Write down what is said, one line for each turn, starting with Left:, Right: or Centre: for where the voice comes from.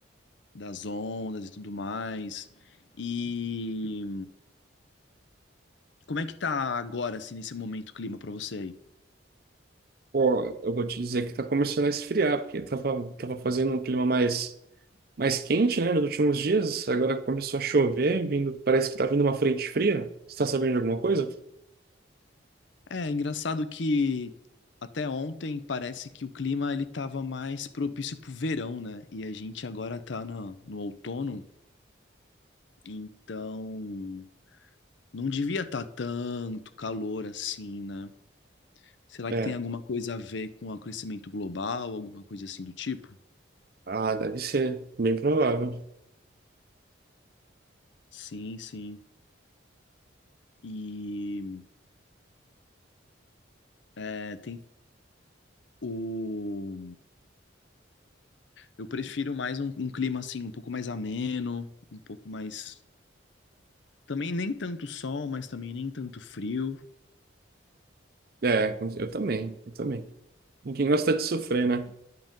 Left: Das ondas e tudo mais. E como é que tá agora, assim, nesse momento o clima pra você aí?
Right: Pô, eu vou te dizer que tá começando a esfriar, porque tava, tava fazendo um clima mais, mais quente, né, nos últimos dias. Agora começou a chover, vindo, parece que tá vindo uma frente fria. Você tá sabendo de alguma coisa?
Left: É engraçado que até ontem parece que o clima ele tava mais propício pro verão, né? E a gente agora tá na, no outono, então não devia estar tanto calor assim, né? Será
Right: É.
Left: que tem alguma coisa a ver com o aquecimento global, alguma coisa assim do tipo?
Right: Ah, deve ser. Bem provável.
Left: Sim, sim. E é, tem o. Eu prefiro mais um, um clima assim, um pouco mais ameno, um pouco mais. Também nem tanto sol, mas também nem tanto frio.
Right: É, eu também, eu também. Ninguém gosta de sofrer, né?